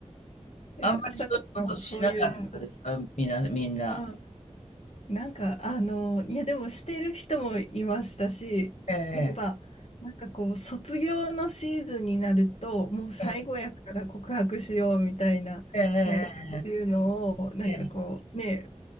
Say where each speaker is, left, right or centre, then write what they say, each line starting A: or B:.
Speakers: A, on the left (about 60°); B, on the left (about 80°).
A: え、
B: あんまりそういうことしなかったですかみんな、
A: あさこさん、そういうの。
B: みんな。
A: あなんか、あの、いや、でもしてる人もいましたし、
B: ええ、
A: やっぱ、なんかこう、卒業のシーズンになると、もう最後やから告白しようみたいな、
B: ええ、ええ、
A: なんかこういうのを、なんかこう、
B: ええ。
A: ね、